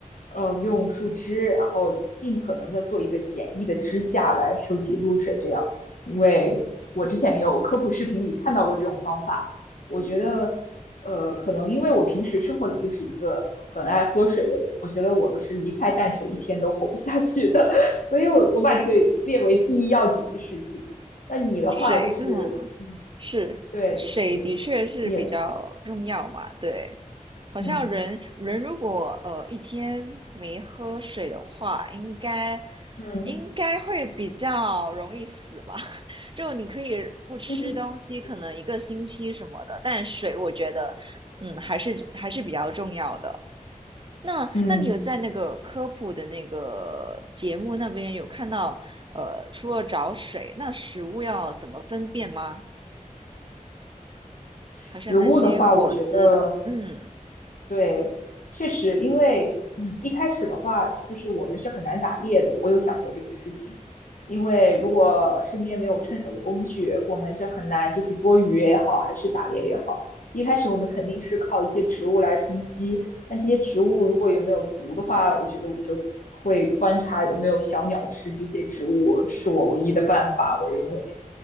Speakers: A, on the left; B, on the right.
A: 呃用树枝，然后尽可能的做一个简易的支架来收集露水，这样，因为我之前有科普视频里看到过这种方法。我觉得呃，可能因为我平时生活里就是一个很爱喝水的人，我觉得我是离开淡水一天都活不下去的，<laughs> 所以我我把这个列为第一要紧的事情。那你的话就是，
B: 水，嗯，
A: 嗯，
B: 是，
A: 对你
B: 水的确是比较重要嘛，
A: 你
B: 对。好像人人如果呃一天没喝水的话，
A: 嗯
B: 应该
A: 嗯
B: 应该会比较容易死吧？<laughs> 就你可以不吃东西，
A: <laughs>
B: 可能一个星期什么的，但水我觉得，嗯，还是还是比较重要的。那那你有在那个科普的那个节目那边有看到，
A: 嗯，
B: 呃，除了找水，那食物要怎么分辨吗？
A: 食物的话，
B: 好像那些果汁的，
A: 我觉得。
B: 嗯，
A: 对，确实，因为嗯，一开始的话，就是我们是很难打猎的。我有想过这个事情，因为如果身边没有趁手的工具，我们是很难就是捉鱼也好，还是打猎也好。一开始我们肯定是靠一些植物来充饥，但这些植物如果有没有毒的话，我觉得我就会观察有没有小鸟吃这些植物，这是我唯一的办法，我认为。